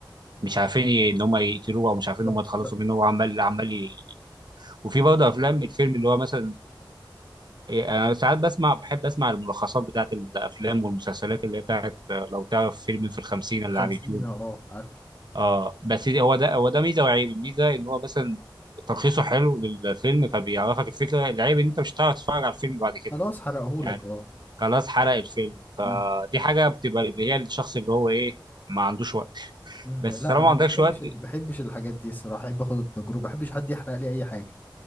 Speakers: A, on the right; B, on the left.
A: مش عارفين ي- ان هم يقتلوه او مش
B: بالظبط
A: عارفين ان هم يتخلصوا
B: ب...
A: منه هو عمال عمال ي... وفي برضه افلام الفيلم اللي هو مثلا إيه، انا ساعات بسمع بحب اسمع الملخصات بتاعت الافلام والمسلسلات اللي هي بتاعت آه، لو تعرف فيلم في الخمسين
B: الخمسين
A: اللي على اليوتيوب
B: اه آه، عارفه
A: اه بس دي- هو ده هو ده ميزه وعيب الميزه ان هو مثلا تلخيصه حلو للفيلم فبيعرفك الفكره العيب ان انت مش هتعرف تتفرج على الفيلم بعد كده
B: خلاص حرقهولك
A: يعني
B: اه
A: خلاص حرق الفيلم فدي
B: مم.
A: حاجه بتبقى اللي هي الشخص اللي هو ايه ما عندوش وقت
B: مم.
A: بس
B: لا
A: طالما
B: انا
A: ما
B: ما
A: عندكش
B: بحبش
A: وقت
B: ما بحبش الحاجات دي الصراحة احب اخد التجربة ما بحبش حد يحرق لي اي حاجة